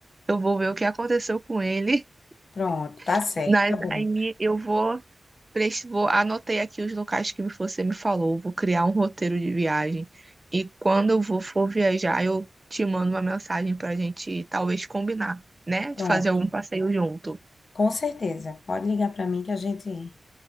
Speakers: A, on the right; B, on the left.
A: Eu vou ver o que aconteceu com ele.
B: Pronto, tá
A: <laughs>
B: certo,
A: Mas
B: tá bom.
A: aí eu vou, pres- vou anotei aqui os locais que você me falou. Vou criar um roteiro de viagem. E quando eu vou for viajar, eu te mando uma mensagem pra gente talvez combinar, né?
B: Pronto,
A: De fazer algum passeio junto.
B: com certeza. Pode ligar para mim que a gente